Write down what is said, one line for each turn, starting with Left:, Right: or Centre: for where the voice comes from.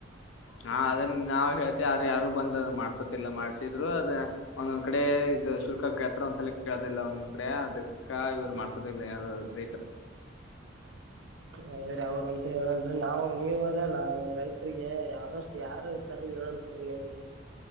Left: ಹಾ ಅದನ್ನ ನಾವವು ಹೇಳ್ ಯಾರ ಯಾರು ಬಂದ ಮಾಡ್ಸೋದಿಲ್ಲ ಮಾಡ್ಸಿದ್ರು ಅದ ಒಂದೊಂದ್ ಕಡೆ ಇ ಇದ ಶುಲ್ಕ ಕೇಳ್ತಾರ ಒಂದ್ಸಲ ಕೇಳದಿಲ್ಲ ಒಂದ್ ಕಡೆ ಅದಕ್ಕ ಇವ್ರು ಮಾಡ್ಸೋದಿಲ್ಲ ಯಾರು ರೈತರು
Right: ಅದ ರೀ ಅವ್ರಂತ ಹೇಳಲ್ರರಿ ನಾವವು ನೀವರಲ್ಲ ರೈತ್ರಿಗೆ ಆದಷ್ಟು ಯಾರ ಇತಾರ ಹೇಳಬೇಕ್ರೀ ನೀನು